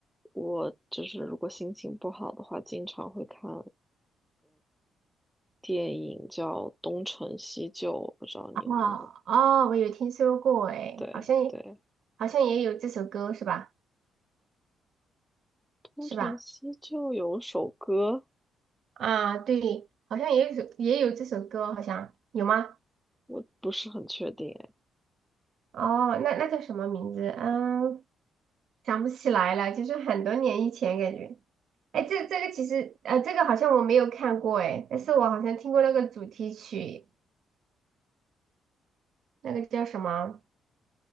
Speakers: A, in the centre; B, on the right.
A: 我就是如果心情不好的话，经常会看电影叫《东成西就》，我不知道你有没有？
B: 哦哦，我有听说过诶，
A: 对对，
B: 好像也好像也有这首歌是吧？
A: 《东成西就》有首歌，
B: 是吧？啊，对，好像也有首也有这首歌，好像有吗？
A: 我不是很确定哎。
B: 哦，那那叫什么名字？嗯，想不起来了，就是很多年以前感觉。哎，这这个其实呃，这个好像我没有看过诶，但是我好像听过那个主题曲。那个叫什么？